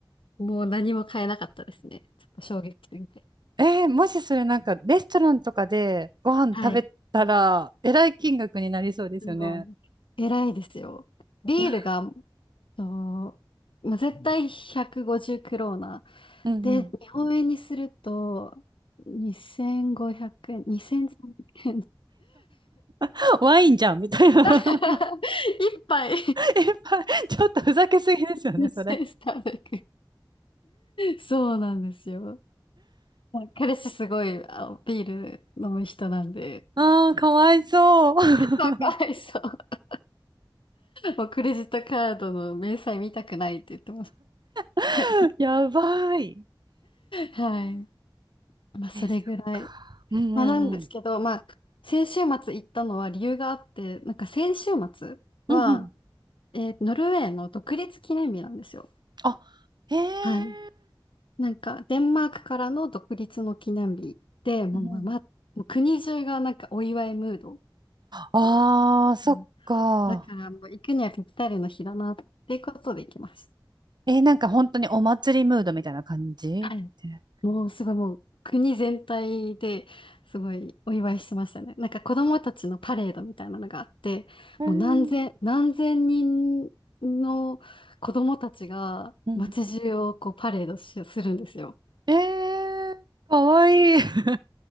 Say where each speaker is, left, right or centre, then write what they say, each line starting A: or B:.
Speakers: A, on the left; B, on the right.
A: もう何も買えなかったですね。ちょっと衝撃すぎて。
B: えーもしそれなんか、レストランとかでご飯食べたら、
A: はい。
B: えらい金額になりそうですよね。
A: すごい。偉いですよ。ビールが、
B: いや、
A: と、まあ、絶対150クローナ。
B: うんうん。
A: で、
B: い
A: 日本円にすると、2500円、2300円。
B: や、ワインじゃん、みたいな。<laughs>
A: <laughs> 一杯
B: え、ちょっとふざけすぎですよね、
A: 2300
B: それ。
A: そうなんですよ。彼氏すごいあビール飲む人なんで、
B: ああ、かわいそう。
A: そうかわいそう。もうクレジットカードの明細見たくないって言ってまし
B: <laughs>
A: た。はい。
B: やばい。
A: はいまあ、それぐらい。
B: え、そっか。うんうんうん。
A: まあ、なんですけど、まあ、先週末行ったのは理由があって、なんか先週末は、
B: うんうん。
A: えーノルウェーの独立記念日なんですよ。
B: あ、へえ。
A: はい。なんか、デンマークからの独立の記念日で、もう、
B: うんうん
A: まあまあもう国中がなんかお祝いムード。
B: ああ、そっか。
A: うんだから、もう行くにはぴったりの日だなっていうことで行きます。
B: えーなんか本当にお祭りムードみたいな感じね
A: はいもうすごいもう国全体ですごいお祝いしてましたね。なんか子供たちのパレードみたいなのがあって、
B: えー、
A: もう何千、何千人の子供たちが街中をこうパレードしするんですよ。
B: うん。えー、かわいい。<laughs>